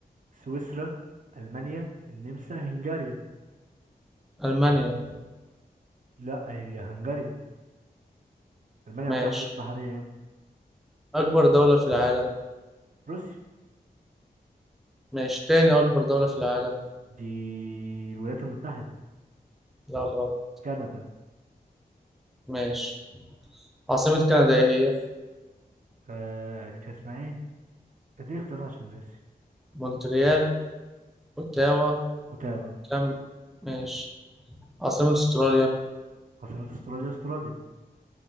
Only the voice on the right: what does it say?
سويسرا ألمانيا النمسا هنغاريا
لا هي هنغاريا ألمانيا
عندها حدود بحرية يا ابني.
روسيا
دي الولايات المتحدة
كندا
آه كان اسمها إيه؟ اديني اختيارات عشان ناسي
أوتاوا
عاصمة استراليا استراليا